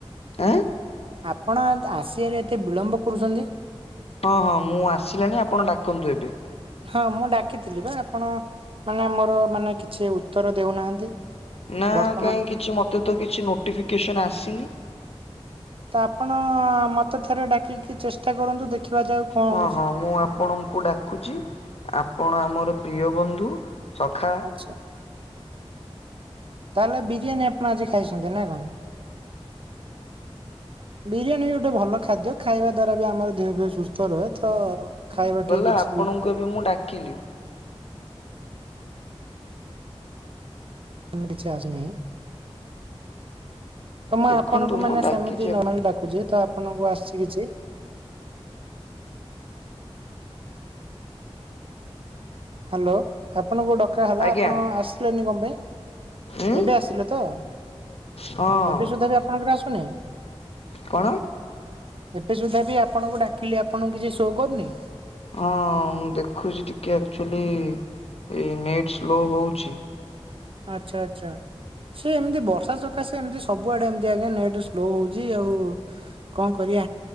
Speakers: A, on the left; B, on the right.
A: ଆଁ
B: ଆପଣ ଆସିଆରେ ଏତେ ବିଳମ୍ବ କରୁଛନ୍ତି?
A: ହଁ ହଁ ମୁଁ ଆସିଲାଣି ଆପଣ ଡାକନ୍ତୁ ଏବେ।
B: ହଁ ମୁଁ ଡାକିଥିଲି ବା ଆପଣ ମାନେ ମୋର ମାନେ କିଛି ଉତ୍ତର ଦେଉନାହାନ୍ତି?
A: ନା
B: ବର୍ତ୍ତମାନ
A: କାହିଁ କିଛି ମତେ ତ କିଛି ନୋଟିଫିକେସନ୍ ଆସିନି।
B: ତ ଆପଣ ମତେ ଥରେ ଡାକିକି ଚେଷ୍ଟା କରନ୍ତୁ ଦେଖିବା ଯାଉ କଣ
A: ହଁ
B: ହଉଛି।
A: ହଁ ମୁଁ ଆପଣଙ୍କୁ ଡାକୁଛି ଆପଣ ଆମର ପ୍ରିୟ ବନ୍ଧୁ ସଖା
B: ଆଚ୍ଛା ତାହେଲେ ବିରିୟାନୀ ଆପଣ ଆଜି ଖାଇଛନ୍ତି ନା କଣ? <unintelligible> ବିରିୟାନୀ ବି ଗୁଟେ ଭଲ ଖାଦ୍ୟ ଖାଇବା ଦ୍ଵାରା ବି ଆମର ଦେହ ଫେହ ସୁସ୍ଥ ରହେ ତ ଖାଇବାଟେ
A: କଲା
B: କିଛି
A: ଆପଣଙ୍କୁ ଏବେ ମୁଁ ଡାକିଲି।
B: ଏନା କିଛି ଆସି ନାହିଁ। ତ ମୁଁ
A: ଦେଖନ୍ତୁ
B: ଆପଣଙ୍କୁ
A: ମୁଁ
B: ମାନେ
A: ଡାକିଚି
B: ସେମିତି ନର୍ମାଲ ଡାକୁଛି ତ ଆପଣଙ୍କୁ ଆସିଛି କିଛି। ହ୍ୟାଲୋ ଆପଣଙ୍କୁ ଡକା ହେଲା
A: ଆଜ୍ଞା
B: ଆପଣ ଆସିଲେନି କଣ ପାଇଁ
A: ଉଁ
B: ଏବେ ଆସିଲେ ତ?
A: ହଁ
B: ଏବେ ସୁଧା ବି ଆପଣଙ୍କର ଆସୁନି।
A: କଣ
B: ଏବେ ସୁଦ୍ଧା ବି ଆପଣଙ୍କୁ ଡାକିଲି ଆପଣଙ୍କୁ କିଛି ଶୋ କରୁନି।
A: ହଁ ମୁଁ ଦେଖୁଛି ଟିକେ ଆକ୍ଚୁଆଲି ଏ ନେଟ୍ ସ୍ଲୋ ହୋଉଛି।
B: ଆଚ୍ଛା ଆଚ୍ଛା। ସେ ଏମିତି ବର୍ଷା ସକାଶେ ଏମତି ସବୁଆଡେ ଏମତି ଆଜ୍ଞା ନେଟ ସ୍ଲୋ ହଉଚି ଆଉ କଣ କରିବା